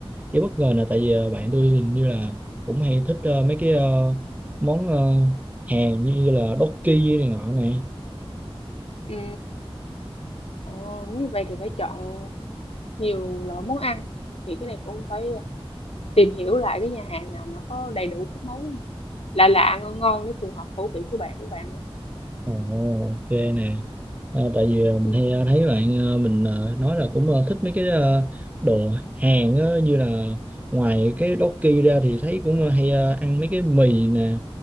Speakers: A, on the right; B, on the left.
A: cái bất ngờ nè tại vì ờ, bạn tôi hình như là cũng hay thích ờ, mấy cái ờ, món ờ, Hàn như là Dokki này nọ nè.
B: ừ Ồ, nếu vậy thì phải chọn nhiều loại món ăn thì cái này cũng phải ờ, tìm hiểu lại cái nhà hàng nào mà có đầy đủ các món mà lạ lạ ngon ngon để phù hợp khẩu vị của bạn của bạn nữa
A: Ồ ok nè. Ờ, tại vì ờ, mình
B: ừ.
A: hay ờ, thấy bạn ờ, mình ờ, nói là cũng ờ, thích mấy cái ờ, đồ Hàn á, như là ngoài cái Doki ra thì thấy cũng ờ, hay ờ, ăn mấy cái mì nè